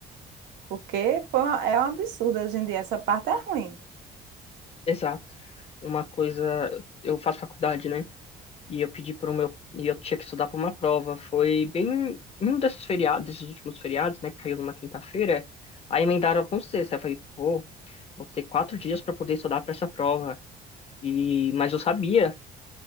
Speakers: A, on the right; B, on the left.
A: Porque foi uma- é um absurdo hoje em dia, essa parte é ruim,
B: exato. Uma coisa, eu faço faculdade, né? e eu pedi para o meu e eu tinha que estudar para uma prova. Foi bem um desses feriados, desses últimos feriados, né, que caiu numa quinta-feira. Aí emendaram com sexta. Aí eu falei, pô, vou ter quatro dias para poder estudar para essa prova. E mas eu sabia